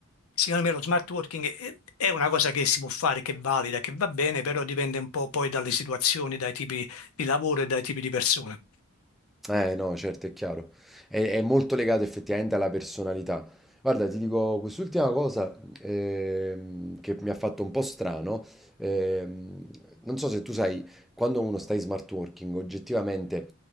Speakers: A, on the left; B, in the centre.
A: secondo me lo smart working è è una cosa che si può fare, che è valida, che va bene, però dipende un po' poi dalle situazioni, dai tipi di lavoro e dai tipi di persone.
B: Eh no, certo, è chiaro. È, è molto legato effettivamente alla personalità. Guarda, ti dico quest'ultima cosa ehm, che mi ha fatto un po' strano. ehm, non so se tu sai, quando uno sta in smart working, oggettivamente,